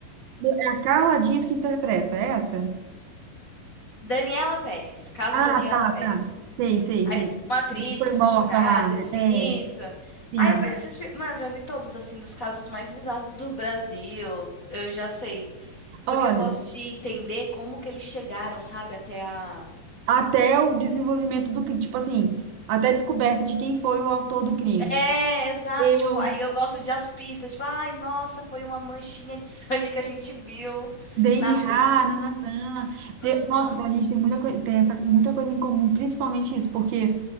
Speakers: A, on the right; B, on the left.
A: É a Carla Dias que interpreta, é essa?
B: Daniela Pérez, caso
A: Ah,
B: Daniela
A: tá,
B: Pérez.
A: tá. Sei, sei,
B: Aí
A: sei.
B: foi uma atriz
A: Que foi
B: que foi
A: morta
B: assassinada,
A: lá.
B: enfim,
A: É, é,
B: isso.
A: sim.
B: Aí eu vejo esses filmes. Mano, eu já vi todos, assim, dos casos mais bizarros do Brasil. Eu já sei.
A: Olha,
B: Porque eu gosto de entender como que eles chegaram, sabe, até a.
A: até o desenvolvimento do crime, tipo assim, até a descoberta de quem foi o autor do crime.
B: É, exato.
A: Eu,
B: Tipo, aí eu gosto de as pistas. Tipo, ai, nossa, foi uma manchinha de <laughs> sangue que a gente viu
A: DNA,
B: na rua.
A: nananã. Eu-
B: Uhum.
A: Nossa, então a gente tem muita coisa, tem essa, muita coisa em comum, principalmente isso, porque